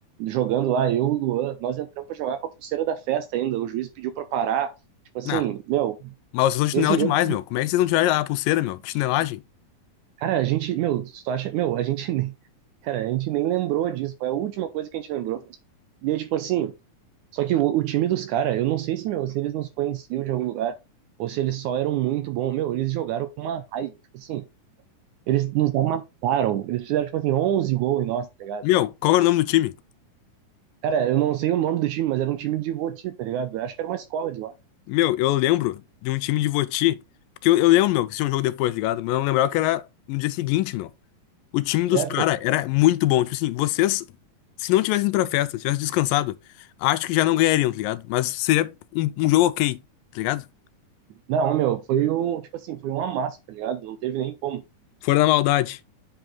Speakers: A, on the right; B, on the left.
A: jogando lá, eu, o Luan, nós entramos pra jogar com a pulseira da festa ainda. O juiz pediu pra parar. Tipo assim,
B: Ah,
A: meu,
B: mas vocês são chinelo
A: esse jogo.
B: demais, meu. Como é que vocês não tiraram a pulseira, meu? Que chinelagem.
A: Cara, a gente, meu, se tu acha. Meu, a gente nem. <laughs> Cara, a gente nem lembrou disso. Foi a última coisa que a gente lembrou. E aí, tipo assim, só que o, o time dos caras, eu não sei se, meu, se eles nos conheciam de algum lugar, ou se eles só eram muito bons. Meu, eles jogaram com uma raiva. Tipo assim. Eles nos amassaram. Eles fizeram, tipo assim, 11 gols em nós, tá ligado?
B: Meu, qual era o nome do time?
A: Cara, eu não sei o nome do time, mas era um time de Voti, tá ligado? Eu acho que era uma escola de lá.
B: Meu, eu lembro de um time de Voti. Porque eu, eu lembro, meu, que tinha um jogo depois, tá ligado? Mas eu não lembrava que era no dia seguinte, meu. O time dos
A: É,
B: caras
A: pô.
B: era muito bom. Tipo assim, vocês, se não tivessem ido pra festa, tivessem descansado, acho que já não ganhariam, tá ligado? Mas seria um, um jogo ok, tá ligado?
A: Não, meu, foi um, tipo assim, foi um amasso, tá ligado? Não teve nem como.
B: Fora da maldade.